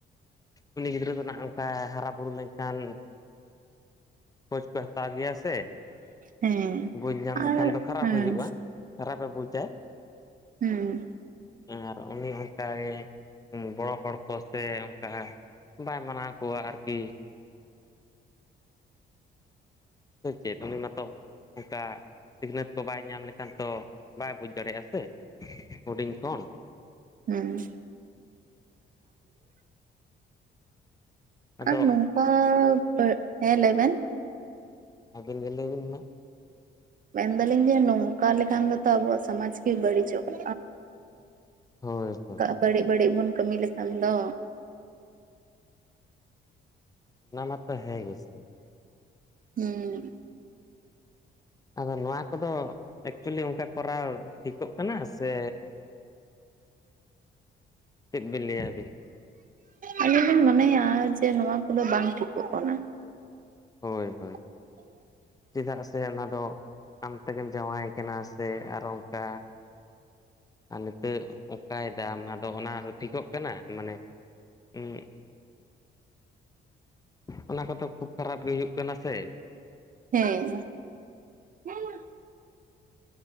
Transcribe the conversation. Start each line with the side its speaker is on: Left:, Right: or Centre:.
Left: ᱩᱱᱤ ᱜᱤᱫᱽᱨᱟᱹ ᱫᱚ ᱱᱟᱜ ᱚᱝᱠᱟᱭ ᱦᱟᱨᱟ ᱵᱩᱨᱩ ᱞᱮᱱᱠᱷᱟᱱ ᱠᱷᱳᱡ ᱠᱳᱭ ᱦᱟᱛᱟᱣ ᱜᱮᱭᱟ ᱥᱮ?
Right: ᱦᱮᱸ
Left: ᱵᱩᱡᱽ ᱧᱟᱢ
Right: ᱟᱨ
Left: ᱞᱮᱠᱷᱟᱱ ᱫᱚ ᱠᱷᱟᱨᱟᱯ
Right: ᱦᱮᱸ
Left: ᱦᱩᱭᱩᱜ-ᱟ ᱠᱷᱟᱨᱟᱯᱮ ᱵᱩᱡᱟᱭ᱾
Right: ᱦᱩᱸᱢ,
Left: ᱟᱨ ᱩᱱᱤ ᱚᱱᱠᱟᱜᱮ ᱵᱚᱲᱚ ᱦᱚᱲ ᱠᱚ ᱥᱮ ᱚᱱᱠᱟ ᱵᱟᱭ ᱢᱟᱱᱟᱣ ᱠᱚᱣᱟ ᱟᱨᱠᱤ ᱥᱮ ᱪᱮᱫ ᱩᱱᱤ ᱢᱟᱛᱚ᱾ ᱚᱝᱠᱟ ᱥᱤᱠᱷᱱᱟᱹᱛ ᱠᱚ ᱵᱟᱭ ᱧᱟᱢ ᱞᱮᱠᱷᱟᱱ ᱛᱚ ᱵᱟᱭ ᱵᱩᱡᱽ ᱫᱟᱲᱮᱭᱟᱜ-ᱟ ᱥᱮ ᱦᱩᱰᱤᱧ ᱠᱷᱚᱱ᱾
Right: ᱦᱩᱸ,
Left: ᱟᱫᱚ
Right: ᱟᱨ ᱱᱚᱝᱠᱟ ᱯᱟᱨ, ᱦᱮᱸ ᱞᱟᱹᱭ ᱵᱮᱱ?
Left: ᱟᱵᱤᱱ ᱜᱮ ᱞᱟᱹᱭ ᱵᱤᱱ ᱢᱟ?
Right: ᱢᱮᱱᱫᱟᱞᱤᱧ ᱡᱮ ᱱᱚᱝᱠᱟ ᱞᱮᱠᱷᱟᱱ ᱫᱚᱛᱚ ᱟᱵᱚᱣᱟᱜ ᱥᱚᱢᱟᱡᱽ ᱜᱮ ᱵᱟᱹᱲᱤᱡᱚᱜ-ᱟ᱾
Left: ᱦᱳᱭ ᱦᱳᱭ
Right: ᱠᱟᱜ ᱵᱟᱹᱲᱤᱡ ᱵᱟᱹᱲᱤᱡ ᱵᱚᱱ ᱠᱟᱹᱢᱤ ᱞᱮᱠᱷᱟᱱ ᱫᱚ᱾
Left: ᱚᱱᱟ ᱢᱟᱛᱚ ᱦᱮᱸ ᱜᱮᱥᱮ᱾
Right: ᱦᱩᱸ,
Left: ᱟᱫᱚ ᱱᱚᱣᱟ ᱠᱚᱫᱚ ᱮᱠᱪᱩᱭᱮᱞᱤ ᱚᱝᱠᱟ ᱠᱚᱨᱟᱣ ᱴᱷᱤᱠᱚᱜ ᱠᱟᱱᱟ ᱥᱮ ᱪᱮᱫ ᱵᱤᱱ ᱞᱟᱹᱭᱟ ᱟᱵᱤᱱ?
Right: ᱟᱹᱞᱤᱧ ᱞᱤᱧ ᱢᱚᱱᱮᱭᱟ ᱡᱮ ᱱᱚᱣᱟ ᱠᱚᱫᱚ ᱵᱟᱝ ᱴᱷᱤᱠᱚᱜ ᱠᱟᱱᱟ᱾
Left: ᱦᱳᱭ, ᱦᱳᱭ,
Right: <inaudible>
Left: ᱪᱮᱫᱟᱜ ᱥᱮ ᱚᱱᱟ ᱫᱚ ᱟᱢ ᱛᱮᱜᱮᱢ ᱡᱟᱶᱟᱭ ᱠᱟᱱᱟ ᱥᱮ ᱟᱨᱚ ᱚᱝᱠᱟ ᱟᱨ ᱱᱤᱛᱟᱹᱜ ᱚᱝᱠᱟᱭ ᱫᱟᱢ ᱟᱫᱚ ᱚᱱᱟ ᱴᱷᱤᱠᱚᱜ ᱠᱟᱱᱟ? ᱢᱟᱱᱮ ᱮᱸᱜ ᱚᱱᱟ ᱠᱚᱫᱚ ᱠᱷᱩᱵᱽ ᱠᱷᱟᱨᱟᱯ ᱜᱮ ᱦᱩᱭᱩᱜ ᱠᱟᱱᱟ ᱥᱮ᱾
Right: ᱦᱮᱸ <inaudible>